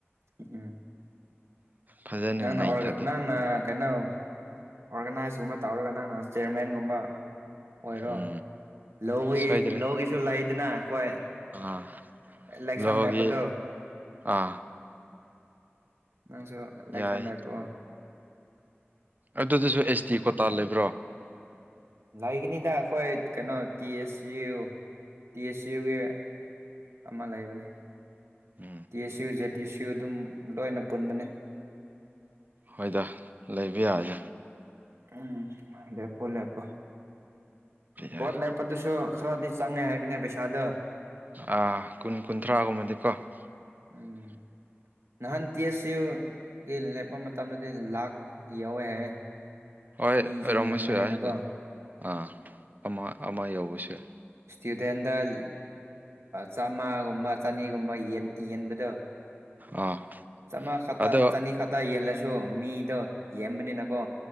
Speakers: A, on the right; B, on the right.
A: ꯎꯝ
B: ꯐꯖꯅ
A: ꯅꯪꯅ
B: ꯅꯩꯊꯗꯣꯏꯅꯤ
A: ꯑꯣꯔ ꯅꯪꯅ ꯀꯩꯅꯣ ꯑꯣꯔꯒꯅꯥꯏꯁꯀꯨꯝꯕ ꯇꯧꯔꯒ ꯅꯪꯅ ꯆꯤꯌꯔꯃꯦꯟꯒꯨꯝꯕ ꯑꯣꯏꯔꯣ
B: ꯎꯝ
A: ꯂꯧꯒꯤ
B: ꯁꯣꯏꯗ꯭ꯔꯦ
A: ꯂꯧꯒꯤꯁꯨ ꯂꯩꯗꯅ ꯑꯩꯈꯣꯏ꯫
B: ꯑꯥ
A: ꯏꯂꯦꯛꯁꯟ
B: ꯂꯣꯒꯤ
A: ꯂꯦꯞꯄꯗꯣ
B: ꯑꯥ
A: ꯅꯪꯁꯨ ꯂꯩꯈ
B: ꯌꯥꯏ
A: ꯂꯦꯄꯑꯣ꯫
B: ꯑꯗꯨꯗꯁꯨ ꯑꯦꯁ ꯇꯤ ꯀꯣꯇꯥ ꯂꯩꯕ꯭ꯔꯣ꯫
A: ꯂꯩꯒꯅꯤꯗ ꯑꯩꯈꯣꯏ ꯀꯩꯅꯣ T S U. T S ꯌꯨꯒꯤ ꯑꯃ ꯂꯩꯕꯅꯦ꯫
B: ꯎꯝ꯫
A: ꯇꯤ ꯑꯦꯁ ꯌꯨ ꯖꯦ ꯇ ꯁꯤ ꯌꯨ ꯑꯗꯨꯝ ꯂꯣꯏꯅ ꯄꯨꯟꯕꯅꯦ꯫
B: ꯍꯣꯏꯗ ꯂꯩꯕ ꯌꯥꯏꯒꯦ꯫
A: ꯎꯝ ꯂꯦꯄꯣ ꯂꯦꯄꯣ꯫
B: ꯌꯥꯏ
A: ꯕꯣꯠ ꯂꯦꯄꯗꯨꯁꯨ ꯈꯔꯗꯤ ꯆꯪꯉꯦ ꯍꯥꯏꯕꯅꯦ ꯄꯩꯁꯥꯗꯣ꯫
B: ꯑ ꯀꯨꯟ ꯀꯨꯟꯊ꯭ꯔꯥꯒꯨꯝꯕꯗꯤꯀꯣ꯫ <inaudible>
A: ꯎꯝ ꯅꯍꯥꯟ ꯇꯦꯁꯌꯨꯒꯤ ꯂꯦꯞꯄ ꯃꯇꯝꯗꯗꯤ ꯂꯥꯛ ꯌꯥꯎꯋꯦ ꯍꯥꯏꯌꯦ꯫
B: ꯍꯣꯏ
A: ꯃꯤꯁꯨ
B: ꯑꯣꯏꯔꯝꯃꯁꯨ
A: ꯌꯥꯝꯕꯅꯤꯅꯀꯣ
B: ꯌꯥꯏ ꯑꯥ ꯑꯃ ꯑꯃ ꯌꯧꯕꯁꯨ ꯌꯥꯏ꯫
A: ꯏꯁꯇꯨꯗꯦꯟꯗꯜ ꯆꯥꯝꯃꯒꯨꯝꯕ ꯆꯅꯤꯒꯨꯝꯕꯟ ꯌꯦꯟ ꯌꯦꯟꯕꯗꯣ
B: ꯑꯥ
A: ꯆꯥꯝꯃꯉꯥ ꯈꯛꯇ
B: ꯑꯗꯣ
A: ꯆꯅꯤ ꯈꯛꯇ ꯌꯦꯜꯂꯁꯨ ꯃꯤꯗꯣ ꯌꯦꯟꯕꯅꯤꯅꯀꯣ꯫